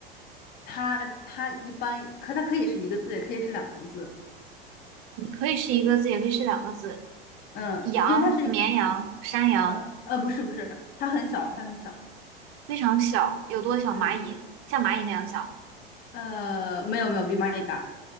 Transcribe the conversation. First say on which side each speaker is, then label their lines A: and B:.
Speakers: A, on the left; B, on the right.
A: 它它一般可它可以是一个字，也可以是两个字。
B: 你可以是一个字，也可以是两个字。
A: 嗯，
B: 羊、
A: 因为它是一个
B: 绵羊、山羊，
A: 呃呃不是不是，它很小，它很小。
B: 非常小，有多小？
A: 嗯
B: 蚂蚁，像蚂蚁那样小。
A: 呃没有没有，比蚂蚁大。